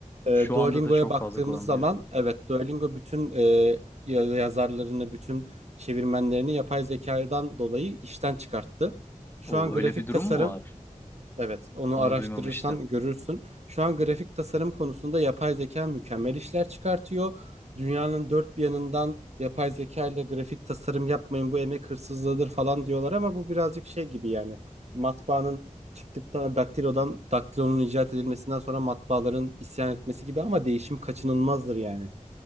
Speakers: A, on the right; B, on the left.
A: e,
B: şu
A: Duolingo'ya
B: anda da çok
A: baktığımız
B: fazla kullanılıyor.
A: zaman evet Duolingo bütün e, ya- yazarlarını, bütün çevirmenlerini yapay zekadan dolayı işten çıkarttı. Şu
B: O
A: an grafik
B: öyle bir durum
A: tasarım
B: mu var?
A: Evet, onu
B: Onu
A: araştırırsan
B: duymamıştım.
A: görürsün. Şu an grafik tasarım konusunda yapay zeka mükemmel işler çıkartıyor. Dünyanın dört bir yanından yapay zeka ile grafik tasarım yapmayın bu emek hırsızlığıdır falan diyorlar ama bu birazcık şey gibi yani matbaanın çıktıktan daktilodan daktilonun icat edilmesinden sonra matbaaların isyan etmesi gibi ama değişim kaçınılmazdır yani.